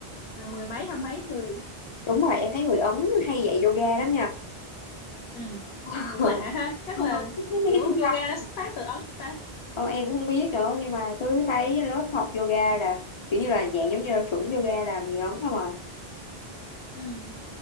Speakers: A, on the left (about 70°); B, on the left (about 55°).
A: ờ, mười mấy hai mấy người
B: đúng rồi em thấy người Ấn hay dạy yoga lắm nha
A: ừ
B: <laughs>
A: cũng
B: Ờ,
A: lạ ha chắc
B: không?
A: là
B: Mấy
A: kiểu
B: cái trung
A: yoga
B: tâm
A: nó xuất phát từ Ấn ta
B: con em cũng không biết nữa nhưng mà cứ thấy lớp học yoga là kiểu như là dạng giống như là chuẩn yoga là người lớn không à
A: ừ